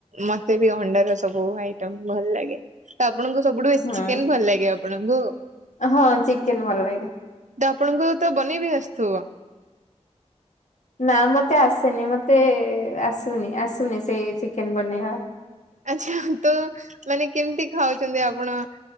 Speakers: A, on the right; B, on the left.
A: ମତେ ବି ଅଣ୍ଡାର ସବୁ ଆଇଟ ଭଲ ଲାଗେ। ଆପଣଙ୍କୁ ସବୁଠୁ ବେଶୀ
B: ହୁଁ
A: ଚିକେନ ଭଲ ଲାଗେ ଆପଣଙ୍କୁ?
B: ହଁ ଚିକେନ ଭଲ ଲାଗେ।
A: ତ ଆପଣଙ୍କୁ ତ ବନେଇ ବିି ଆସିଥିବ?
B: ନା ମତେ ଆସେନି ମତେ ଆସୁନି ଆସୁନି ସେ ଚିକେନ ବନେଇବା।
A: ଆଛା ତ ମାନେ କେମିତି ଖାଉଛନ୍ତି ଆପଣ